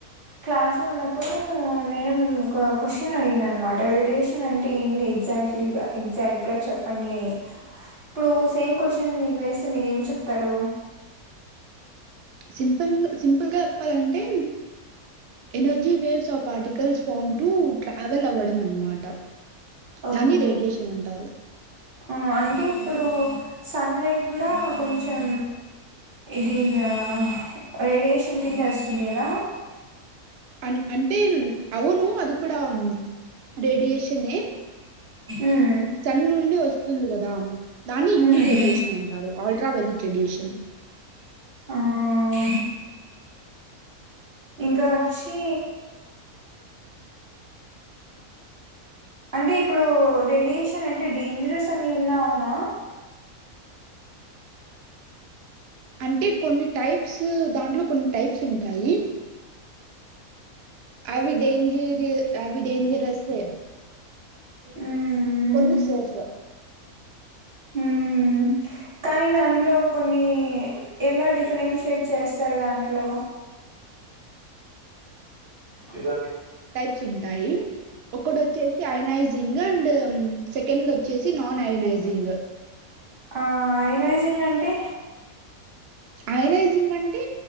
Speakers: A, on the right (about 40°); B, on the right (about 70°).
A: క్లాస్ లో ఉన్నప్పుడు మేడం ఒక క్వశ్చన్ అడిగింది, అనమాట రేడియేషన్ అంటే ఏంది ఎగ్జాక్ట్లీగా ఎగ్జాక్ట్ గా చెప్పు చెప్పండి ఏ ఇప్పుడు సేమ్ కోషన్ మీ ఇవేస్తే మీరు ఏం చెప్తారు
B: సింపుల్ సింపుల్గా చెప్పాలంటే energy waves of particles form to travel అవ్వడం అన్నమాట
A: ఓహో
B: దాని రేడియేషన్ అంటారు.
A: ఆ అంటే అప్పుడు సన్లైట్ కూడా కొంచెం ఇది నా రేడియేషన్ కిందస్ లేదా
B: అన్ అంటే అవును అది కూడా రేడియేషనే
A: ఉమ్
B: సన్ ండి వస్తుంది కదా దాన్ని
A: ఉమ్
B: యూ రేడియేషన్ అంటారు ఆల్ట్రా వైలట్ రేడియేషన్
A: ఆ ఇంకా వచ్చి అంటే ఇప్పుడు రేడియేషన్ అంటే డేంజరస్ అని విన్న అవునా
B: అంటే కొన్ని టైప్స్ దాం ట్లో కొన్ని టైప్స్ ఉంటాయి. అవి డేంజ ఏద్ <unintelligible> అవి డేంజరస్సే
A: ఉమ్
B: కొన్ని షేర్స్
A: ఉమ్ కానీ దాంట్లో కొన్ని యే ఎలా డిఫరెన్షియేట్ చే చేస్తారు దాంట్లో విదా
B: స్ ఉంటాయి. ఒకటి వచ్చేసి అయినైజ్ జింగ్ అండ్ సెకండ్ వచ్చేసి నాన్ అయనైజింగ్
A: ఆ అయనైజింగ్ అంటే
B: అయనైజింగ్ అంటే